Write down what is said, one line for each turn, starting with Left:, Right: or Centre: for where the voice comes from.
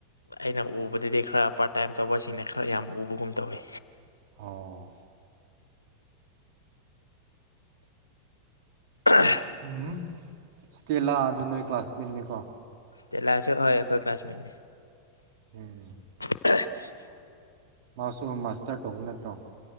Left: ꯑꯩꯅ ꯎꯕꯗꯗꯤ ꯈꯔ ꯄꯥꯔꯠ ꯇꯥꯏꯝ ꯇꯧꯕꯁꯤꯡꯅ ꯈꯔ ꯌꯥꯝ ꯎꯕꯒꯨꯝ ꯇꯧꯋꯤ
Right: ꯑꯣ
Left: ꯑ <unintelligible>
Right: ꯎꯝ ꯏꯁꯇ꯭ꯔꯤꯂꯥ ꯗꯨ ꯅꯣꯏ ꯀ꯭ꯂꯥꯁꯃꯦꯠꯅꯤꯀꯣ
Left: ꯏꯁꯇꯦꯂꯥꯑꯁꯨ ꯍꯣꯏ ꯑꯩꯈꯣꯏ ꯀ꯭ꯂꯥꯁꯃꯦꯠꯅꯤ
Right: ꯎꯝ
Left: <inaudible>
Right: ꯃꯥꯁꯨ ꯃꯥꯁꯇꯔ ꯇꯧꯕ ꯅꯠꯇ꯭ꯔꯣ